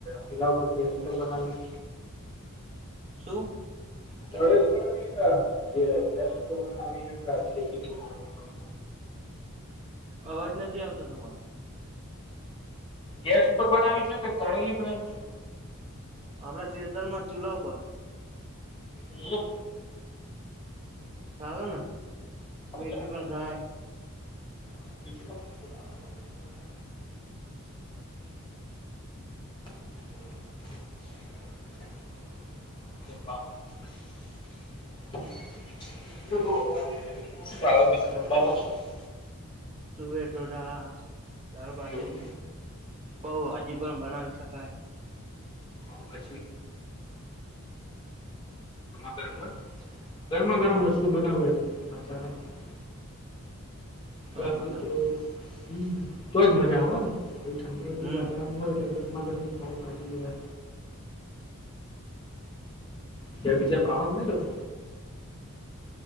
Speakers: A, on the left (about 25°); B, on the right (about 30°).
A: પેલા ઉપર ગે પી તો બનાવી
B: શું
A: તળેલી બનાવી ગ બનાવીએ
B: અવાજ નથી આવતો તમારો
A: ગેસ ઉપર બનાવી છે કે તાણેલી બનાવી છે
B: આપડા ખેતરમાં ચૂલ્લા ઉપર
A: હમ
B: ચાલ ના
A: હવે
B: મઠી
A: ચાલે
B: પણ
A: ચાલે
B: થાય
A: <inaudible> <inaudible> <unintelligible> <unintelligible>
B: તુવે ટોળા, દાળબાટી,
A: એવું
B: પૌઉ હજી પણ બનાવી શકાય.
A: <unintelligible> ગરમા ગરમ હોય ગરમા
B: હા
A: ગરમ વસ્તુ બનાવે <unintelligible>
B: ગરમા
A: બાકી
B: ગરમ
A: તો હ તો જ મજા આવે ને હ ઠંડું
B: હમ
A: વાતાવરણ હોય એટલે ગરમા ગરમ પાઉભાજી ત્યા બીજા પાઆ વાક ન